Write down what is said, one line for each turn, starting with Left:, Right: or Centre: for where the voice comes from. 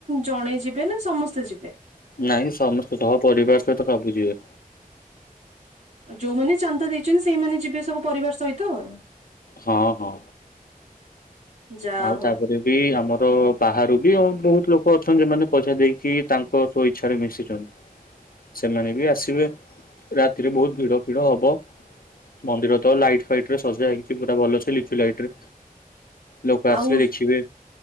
Right: ଜଣେ ଯିବେ ନା ସମସ୍ତେ ଯିବେ?
Left: ନାଇଁ ସମସ୍ତେ ସହ ପରିବାର ସହିତ ସବୁ ଯିବେ।
Right: ଯୋଉମାନେ ଚାନ୍ଦା ଦେଇଚନ୍ତି ସେଇମାନେ ଯିବେ ସବୁ ପରିବାର ସହିତ ଆଉ।
Left: ହଁ ହଁ।
Right: ଯାହା
Left: ଆଉ
Right: ହଉ
Left: ତାପରେ ବି ଆମର ବାହାରୁ ବି ଆମର ବହୁତ୍ ଲୋକ ଲୋକ ଅଛନ୍ତି ଯୋଉମାନେ ପଇସା ଦେଇକି ତାଙ୍କ ସ୍ବ ଇଚ୍ଛାରେ ମିଶିଛନ୍ତି। ସେମାନେ ବି ଆସିବେ ରାତିରେ ବହୁତ୍ ଭିଡ଼ ଫିଡ଼ ହବ। ମନ୍ଦିର ତ ଲାଇଟ ଫାଇଟ ରେ ସଜା ହେଇଛି ପୁରା ଭଲସେ ଲିଚୁ ଲାଇଟ୍ ରେ ଲୋକ
Right: ଆଉ
Left: ଆସିଲେ ଦେଖିବେ